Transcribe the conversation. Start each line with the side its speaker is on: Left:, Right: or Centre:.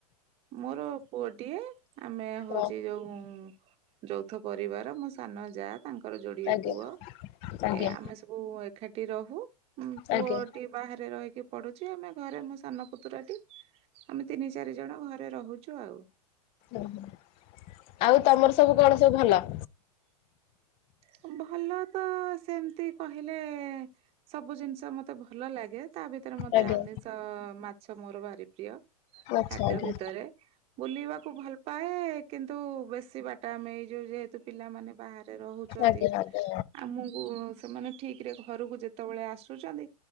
Right: ମୋର ପୁଅଟିଏ ଆମେ ହଉଛି
Left: ଓ
Right: ଯୋଉଁ ଯୌଥ ପରିବାର ମୋ ସାନ ଜା ତାଙ୍କର ଯୋଡିଏ
Left: ଆଜ୍ଞା
Right: ପୁଅ,
Left: ଆଜ୍ଞା
Right: ଏ ଆମେ ସବୁ ଏକାଠି ରହୁ ଉଁ ପୁଅ
Left: ଆଜ୍ଞା
Right: କିଏ ବାହାରେ ରହିକି ପଡୁଛି ଆମେ ଘରେ ମୁଁ ସାନ ପୁତୁରା ଟି ଆମେ ତିନି ଚାରି ଜଣ ଘରେ ରହୁଛୁ ଆଉ
Left: ଓହୋ ଆଉ ତମର ସବୁ କଣ ସବୁ ଭଲ
Right: ହ ଭଲ ତ ସେମତି କହିଲେ ସବୁ ଜିନିଷ ମତେ ଭଲ ଲାଗେ ତା ଭିତରେ ମତେ
Left: ଆଜ୍ଞା
Right: ଆମିଷ ମାଛ ମୋର ଭାରି ପ୍ରିୟ
Left: ଆଚ୍ଛା
Right: ଖାଦ୍ୟ
Left: ଆଜ୍ଞା ଆଜ୍ଞା।
Right: ଭିତରେ ବୁଲିବାକୁ ଭଲ ପାଏ କିନ୍ତୁ ବେଶୀ ବାଟ ଆମେଇଯାଉ ଯେହେତୁ ପିଲାମାନେ ବାହାରେ ଚନ୍ତି
Left: ଆଜ୍ଞା ଆଜ୍ଞା
Right: ଆମକୁ ସେମାନେ ଠିକ ରେ ଘରକୁ ଯେତେବେଳେ ଆସୁଛନ୍ତି।